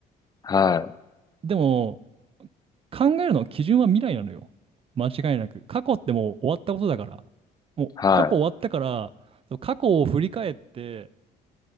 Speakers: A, on the left (about 25°); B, on the right (about 35°).
A: はい、
B: でも、考えるの基準は未来なのよ。間違いなく。過去ってもう終わったことだから。もう過去終わったから、
A: は
B: そう過去を振り返って、